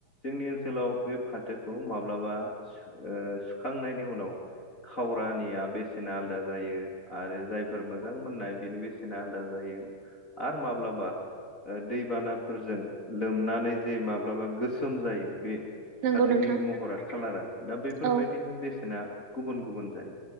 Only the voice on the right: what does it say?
नंगौ नोंथां
औ